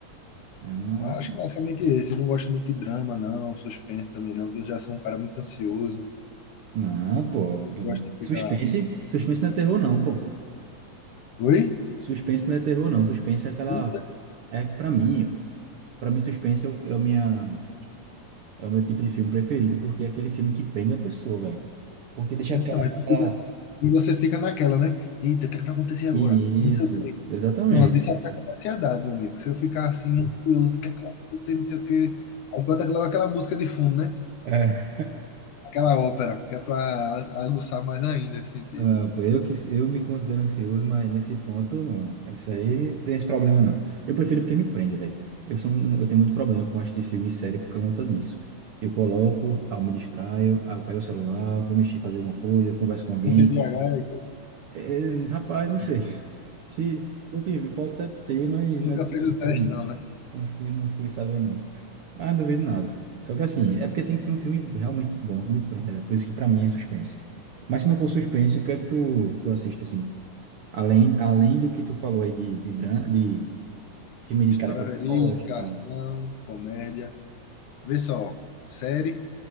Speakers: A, on the right; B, on the left.
A: Ah,
B: Mas acho que basicamente esse. Eu não gosto muito de drama, não, suspense também não, porque eu já sou um cara muito ansioso.
A: não, pô.
B: Eu gosto de
A: Suspense,
B: ficar.
A: suspense não é terror, não, pô.
B: Oi?
A: Suspense não é terror, não. Suspense é aquela.
B: Ita-
A: É, pra mim, pra mim, suspense é o, é o minha, é o meu tipo de filme preferido, porque é aquele filme que prende a pessoa, velho. Porque deixa
B: Então,
A: aquela.
B: mas tu fica
A: aquela-
B: e você fica naquela, né: "Eita, o que é que vai acontecer agora?"
A: Isso,
B: E não sei o quê.
A: exatamente.
B: Pronto, isso ataca minha ansiedade, meu amigo. Se eu ficar assim ansioso, o que é que vai acontecer, não sei o quê. Aí bota logo aquela música de fundo, né,
A: É.
B: aquela ópera, que é pra a aguçar mais ainda esse sentido.
A: Ah, pô, eu, que, eu me considero ansioso, mas nesse ponto, não. Isso aí não tem esse problema, não. Eu prefiro porque me prende, velho. Eu sou um, eu tenho muito problema com assistir filme e série por conta disso. Eu coloco, aí eu me distraio, aí eu pego o celular, vou mexer, fazer alguma coisa, converso com alguém.
B: Tem TDAH,
A: É, rapaz, não sei. <laughs> Se, eu tive- posso até ter, mas não
B: nunca
A: é
B: fez o
A: diversificado,
B: teste
A: não
B: não, né.
A: Não fui, não fui saber, não. Mas não duvido nada. Só que assim, é porque tem que ser um filme realmente bom que me prenda, velho. Por isso que pra mim é suspense. Mas se não for suspense, o que é que tu, tu assiste, assim? Além, além do que tu falou aí de, de, dra- de filme de
B: História
A: cara.
B: verídica,
A: Pois, cara,
B: ação, comédia. Vê só, série,